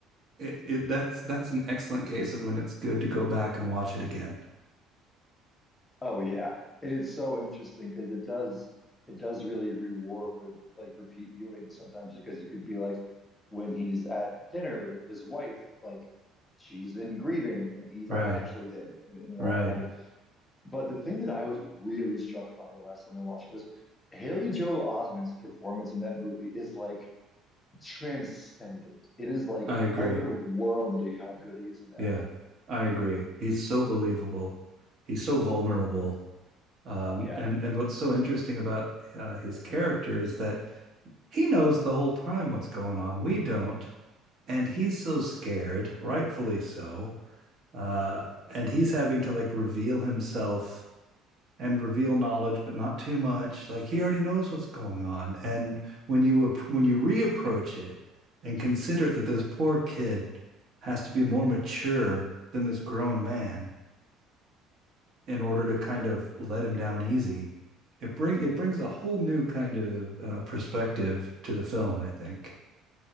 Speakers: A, on the right; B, on the left.
A: it, it that's that's an excellent case of when it's good to go back and watch it again.
B: Oh yeah. And it's so interesting because it does it does really reward like repeat viewing sometimes because it could be like when he's at dinner with his wife, like she's in grieving and he's
A: Right,
B: not actually there and, and
A: right.
B: all kind of but the thing that I was really struck by the last time I watched it was Haley Joel Osment's performance in that movie is like transcendent. It is like
A: I agree.
B: otherworldly how good he is in that
A: Yeah,
B: movie.
A: I agree. He's so believable. He's so vulnerable. Um,
B: Yeah.
A: and and what's so interesting about uh, his character is that he knows the whole time what's going on. We don't, and he's so scared, rightfully so. Uh, and he's having to like reveal himself and reveal knowledge, but not too much. Like he already knows what's going on. And when you when you reapproach it and consider that this poor kid has to be more mature than this grown man in order to kind of let him down easy, it bring it brings a whole new kind of uh, perspective to the film. I think.